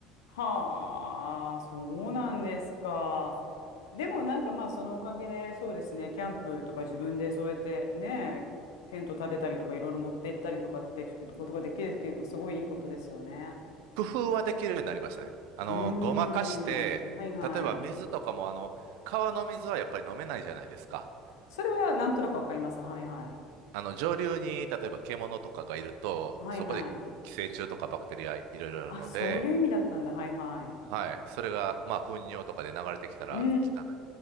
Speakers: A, on the left; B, on the right.
A: はあ、そうなんですか。でもなんかまあそのおかげでそうですね、キャンプとか自分でそうやってね、テント立てたりとかいろいろ持って行ったりとかってことができるっていうのはすごいいいことですよね。
B: 工夫はできるようになりましたね。あの、
A: うーん。
B: ごまかして、
A: はいはい。
B: 例えば水とかも、あの、川の水はやっぱり飲めないじゃないですか。
A: それはなんとなくわかります。はいはい。
B: あの、上流に、例えば獣とかがいると、
A: はいはい。
B: そこで寄生虫とかバクテリアいろいろあるので、
A: あ、そういう意味だったんだ。はいはい。
B: はい。それが、まあ、糞尿とかで流れてきたら汚い。
A: うー
B: だか